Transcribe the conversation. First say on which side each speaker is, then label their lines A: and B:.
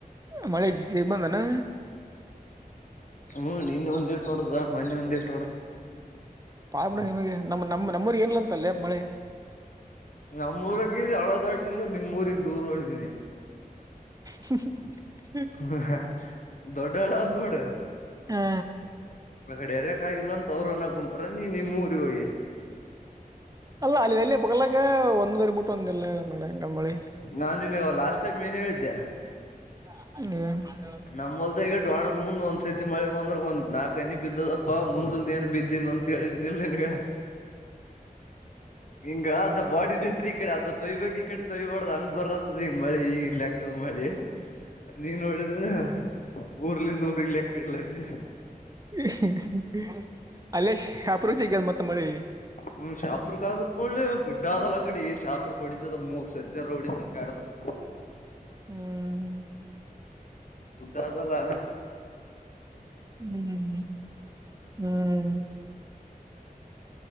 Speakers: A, on the right (about 25°); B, on the left (about 55°).
A: ಆ <unintelligible> ಮಳಿ ಜಗ್ ಬಂದಾ ದೇನಾ?
B: ಹ್ಮ್, ನಿನ್ನೆ ಒಂದ್ ಇಟ್ಟು ಹೊಡದ ಮೊನ್ನಿ ಒಂದ್ ಇಟ್
A: ಪಾಡ ಬಿಡ ನಿಮಗೆ ನಮ್ಮ ನಮ್ಮ್ ನಮ್ಮೂರಿಗೆ ಇಲ್ ಅಂತಲ್ಲೇ ಮಳಿ.
B: ನಮ್ಮೂರಗ್ ಇಲ್ಲಿ ಹಳ್ಳದಾಟಿಲ್ಲ ನಿಮ್ ಊರಿಗ್ ದೂರ ಹೋಯ್ದೀನಿ.
A: ಹ <unintelligible>
B: ಹು ಹು <unintelligible> ಹ ದೊಡ್ಡಳ್ಳ ಆದ್ ನೋಡು
A: ಹಾ
B: ಆ ಕಡೆ ಎರೆಕಾಗಿಲ್ಲಂತ ಅವ್ರನ್ನ ಕುಂತಾರ ನೀ ನಿಮ್ಮೂರಿಗೆ ಹೋಗಿ.
A: ಅಲ್ಲ ಅಲ್ಲಿ ಎಲ್ಲಿ ಬಗಲಾಗೆ ಒಂದ್ ಊರಿಗಿಬಿಟ್ಟು ಒಂದಿಲ್ ನೋಡೆಂಗಾದಮಳಿ.
B: ನಾನ್ ನಿನ್ಗ ಆವಾಗ ಲಾಸ್ಟ್ ಟೈಮ್ ಏನ್ ಹೇಳಿದ್ದೆ?
A: <unintelligible>
B: ನಮ್ಮೊಲ್ದಾಗ್ ಎರಡ್ <unintelligible> ಜೋಳದ್ ಮುಂದ್ ಒಂದ್ ಸತಿ ಮಳೆ ಬಂದ್ರೆ ಒಂದ ನಾಲ್ಕನಿ ಬಿದ್ದದಪ್ಪಾ ಮುಂದಿಲ್ದ ಏನ್ ಬಿದ್ದಿಲ್ಲ ಅಂತ ಹೇಳಿದ್ನಿಲ್ ನಿನ್ಗ. ಹಿಂಗ ಅರ್ಧ ಬಾಡಿ ನಿಂತ್ರೆ ಈ ಕಡೆ ಅರ್ಧ ತೊಯ್ ಬೇಕ್ ಈ ಕಡೆ ತೋಯ್ಬಾಡ್ದ್ ಹಂಗ ಬರತ್ತದ ಈಗ ಮಳಿ ಈಗಿನ್ ಲೆಕ್ಕದ್ ಮಳಿ, ನೀನ್ ನೋಡ <unintelligible> ಊರ್ಲಿಂದ ಊರಿಗ್ ಲೆಕ್ ಇಡಲತಿ.
A: <unintelligible> ಅಲ್ಲೇ ಶಹಾಪುರದಗಜಗ್ಗಾದ ಮತ್ ಮಳಿ.
B: ಹ್ಮ್ ಶಾಪುರಕ್ ಆಗತ್ ನೋಡ್ಲೆ ಗುಡ್ಡ ಅದಲ್ಲ ಆ ಕಡಿ ಶಾಪುರಕ್ ಹೊಡಿತದ ಮೂರ್ ಸತ್ಯಾರು ಒಡಿತದ ಎರಡ್ ಮೂರ್ ಸ <unintelligible>
A: ಹ್ಮ್,
B: ಗುಡ್ಡಾದಲ್ಲಾ
A: ಹ್ಮ್, ಹ್ಮ್